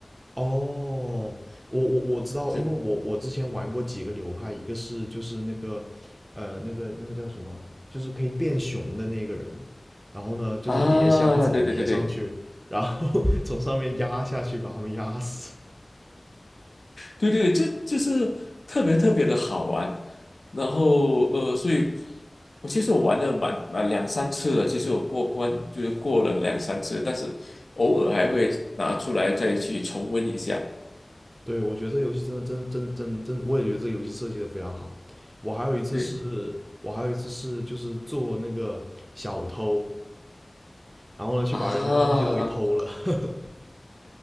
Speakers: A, on the right; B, on the left.
A: 哦，我我我知道，
B: 是
A: 因为我我之前玩过几个流派，一个是就是那个呃那个那个叫什么，就是可以变熊的那个人，然后呢就是叠箱子叠上去，
B: 啊，对对对对，
A: 然后 <laughs> 从上面压下去把他们压死。
B: 对对，这就是特别特别的好玩。然后呃，所以我其实我玩了蛮蛮两三次了，其实我过关就是过了两三次，但是偶尔还会拿出来再去重温一下。
A: 对，我觉得这游戏真的真真真真，我也觉得这游戏设计的非常好。我还有一次是，
B: 对
A: 我还有一次是就是做那个小偷，然后呢去把人家东西都给偷了。
B: 啊，
A: <laughs>